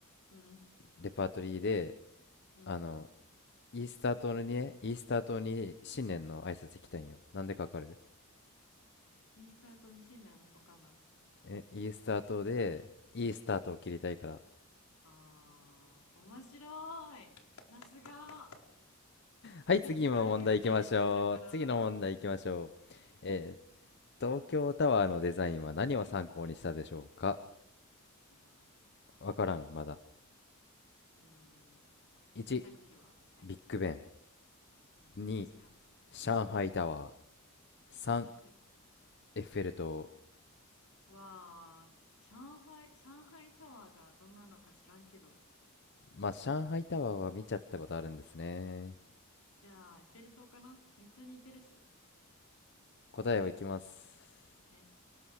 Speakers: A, on the left; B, on the left.
A: うん。
B: レパートリーで、
A: うん。
B: あの、イースター島にね、イースター島に新年の挨拶行きたいんよ。なんでかわかる
A: イースター島に信念の置かない。
B: え、イースター島で、いいスタートを切りたいから。
A: あー、面白い。さすが。やっ
B: はい、
A: ぱセンスあるよね、
B: 次の問題行きましょう。
A: そういうところ。
B: 次の問題行きましょう。
A: <laughs>
B: えー東京タワーのデザインは何を参考にしたでしょうか
A: うわ
B: わからん、まだ。
A: ー。うん。
B: 1、
A: 選択肢は、はい。
B: ビッグベン。
A: 絶対違う。
B: 2、上海タワー。3、
A: あ、見たことない。
B: エッフェル塔。
A: わあ、上海、上海タワーがどんなのか知らんけど。
B: まあ、上海タワーは見ちゃったことあるんですね。
A: じゃあ、エッフェル塔かなめっちゃ似てるし。
B: 答えをいきます。
A: はい。